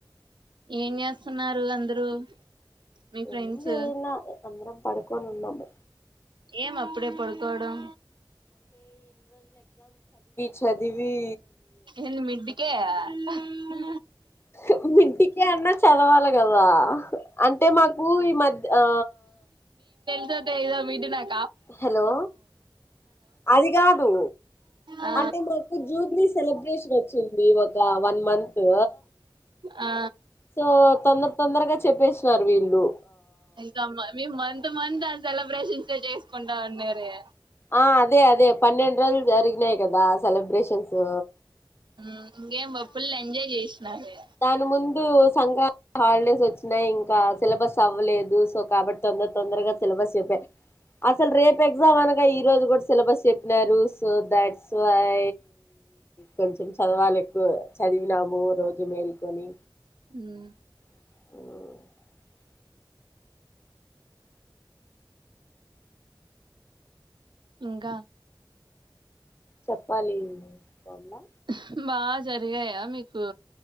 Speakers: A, on the right (about 70°); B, on the left (about 30°).
A: ఏం చేస్తున్నారు అందరూ మీ ఫ్రెండ్స్
B: ఏం చేయలా అందరం పడుకోని ఉన్నాము
A: ఏం అప్పుడే పడుకోడం
B: చదివీ
A: ఎన్ మిడికే హుహు
B: హు మిడీకే అన్న చదవాలే కవా ఆ అంటే మాకు ఈ మధ్య ఆ
A: తో తేలీదా మీడి నాక్
B: హలో అది కాదు
A: ఆ
B: అంటే మాకు జూబ్లీ సెలబ్రేషన్ వచ్చింది ఒక వన్ మంతు
A: ఆ
B: సో తొందర్ తొందరగా చెప్పేసిన్నారు వీళ్ళు
A: ఏళ్తామ్మ మీ మంతు మంతు అసలు సెలెబ్రేషన్స్ చేసుకుంటా ఉన్నారే
B: ఆ అదే అదే పన్నెండు రోజులు జరిగినాయి గదా సెలబ్రేషన్సు
A: హు ఇంగేమ్ ఫుల్ల్ ఎంజాయ్ చేశానారే
B: దాని ముందు సంక్రాంతి హాలిడేస్ వచ్చినాయి ఇంకా సిలబస్ అవ్వలేదు సో కాబట్టి తొందర తొందరగా సిలబస్ చెప్పారు అసలు రేపు ఎగ్జామ్ అనగా ఈ రోజు కూడా సిలబస్ చెప్పినారు సో దట్స్ వై కొంచం చదవాలి గొ చదివినాము రోజు మేల్కొని
A: హ్మ్మ్
B: మ్మ్
A: ఇంక
B: చెప్పాలి బామ్మ
A: హూ బాగా జరిగాయా మీకు